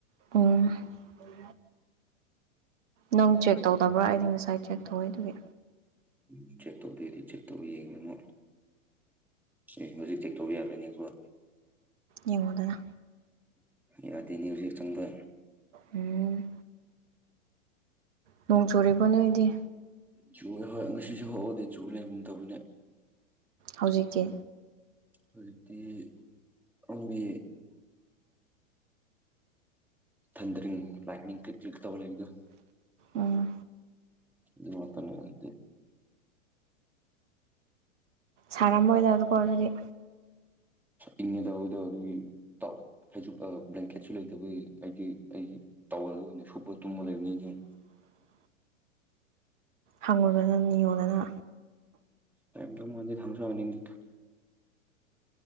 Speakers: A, on the right (about 65°); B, in the centre.
A: ꯑꯣ ꯅꯪ ꯆꯦꯛ ꯇꯧꯗꯕ꯭ꯔꯥ ꯑꯩꯗꯤ ꯉꯁꯥꯏ ꯆꯦꯛ ꯇꯧꯋꯦ ꯑꯗꯨꯒꯤ
B: ꯎ ꯆꯦꯛ ꯇꯧꯗꯦꯗꯤ ꯆꯦꯛ ꯇꯧ ꯌꯦꯡꯉꯦꯅꯣ ꯑꯦ ꯍꯧꯖꯤꯛ ꯇꯦꯛꯊꯧꯕ ꯌꯥꯔꯣꯏꯅꯤꯀꯣ
A: ꯌꯦꯉꯗ
B: ꯌꯥꯗꯦꯅꯤ ꯍꯧꯖꯤꯛ ꯆꯪꯕ
A: ꯎꯝ ꯅꯣꯡ ꯆꯨꯔꯤꯕ ꯅꯣꯏꯗꯤ
B: ꯆꯨꯦ ꯍꯣꯏ ꯉꯁꯤꯁꯨ ꯍꯎꯗꯤ ꯆꯨ ꯂꯩꯒꯝ ꯇꯕꯅꯦ
A: ꯍꯧꯖꯤꯛꯇꯤ
B: ꯑꯣꯏꯗꯤ ꯑꯝꯕ ꯊꯟꯗ꯭ꯔꯤ ꯂꯥꯏꯛꯅꯤꯡ ꯀ꯭ꯛ ꯀ꯭ꯂꯤꯛ ꯇꯧꯍꯂꯗ
A: ꯎꯝ
B: ꯑꯗꯨ ꯃ ꯃꯇꯝꯅꯤ ꯍꯠꯇꯦ
A: ꯊꯥꯔꯝꯃꯣꯏꯗꯗꯀꯣ ꯑꯗꯨꯗꯤ
B: ꯏꯪꯉꯦꯗꯗ ꯑꯗꯨꯒꯤ ꯍꯥꯏꯁꯨ ꯕ꯭ꯂꯦꯡꯀꯦꯠꯁꯨ ꯂꯩꯇꯕꯒꯤ ꯍꯥꯏꯗꯤ ꯑꯩꯒꯤ ꯇꯧꯔꯒ ꯑꯣꯏꯅ ꯁꯨꯞꯄ ꯇꯨꯝꯃ ꯂꯩꯕꯅꯤꯁꯤꯡ
A: <inaudible> ꯍꯪꯉꯨꯗꯅ ꯅꯤꯉꯣꯗꯅ
B: ꯕ ꯃꯗꯤ ꯊꯝꯁꯨ ꯑꯅꯤꯗꯤꯀ